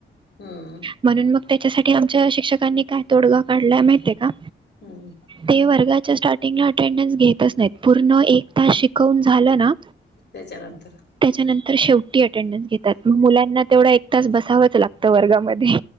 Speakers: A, on the left (about 60°); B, on the right (about 25°).
A: हम्म
B: म्हणून मग त्यांच्यासाठी आमच्या शिक्षकांनी काय तोडगा काढलाय माहितीये का?
A: हम्म
B: ते वर्गाच्या स्टार्टिंग ला अटेंडन्स घेतच नाहीत पूर्ण एक तास शिकवू- कवुन झालं ना,
A: त्याच्या नंतर
B: त्याच्यानंतर शेवटी अटेंडन्स घेतात, मग मुलांना तेवढं एक तास बसावच लागतं वर्गामध्ये.